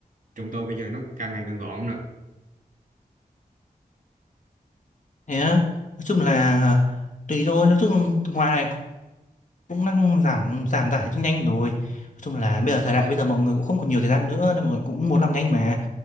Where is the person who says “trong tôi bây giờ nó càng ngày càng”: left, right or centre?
Right